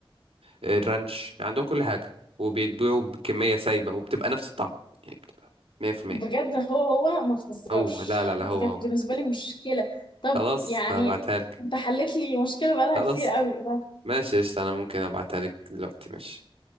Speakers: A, on the right; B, on the left.
A: آه، رانش عندهم كل حاجة وبيتبيعوا بكمية سايبة وبتبقى نفس الطعم يعني بتبقى 100%
B: بجد هو هو ما تهزرش
A: هو لا لا لا
B: دي
A: هو
B: كانت
A: هو
B: بالنسبه لي مشكله طب
A: خلاص
B: يعني
A: هبعتها لك
B: انت حلت لي مشكله بقالها
A: خلاص
B: كتير قوي
A: ماشي قشطة انا ممكن ابعتها لك دلوقتي ماشي